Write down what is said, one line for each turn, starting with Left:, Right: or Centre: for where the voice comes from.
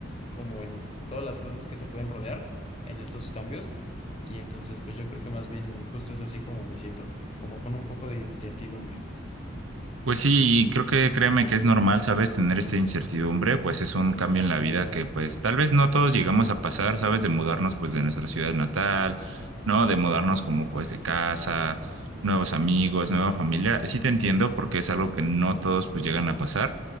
Left: como en todas las cosas que te pueden rodear en estos cambios. Y entonces, pues yo creo que más bien justo es así como me siento, como con un poco de incertidumbre.
Right: Pues sí, y creo que créeme que es normal, ¿sabes? Tener esta incertidumbre, pues es un cambio en la vida que pues tal vez no todos llegamos a pasar, ¿sabes? De mudarnos pues de nuestra ciudad natal, ¿no? De mudarnos como pues de casa, nuevos amigos, nueva familia. Sí te entiendo porque es algo que no todos pues llegan a pasar.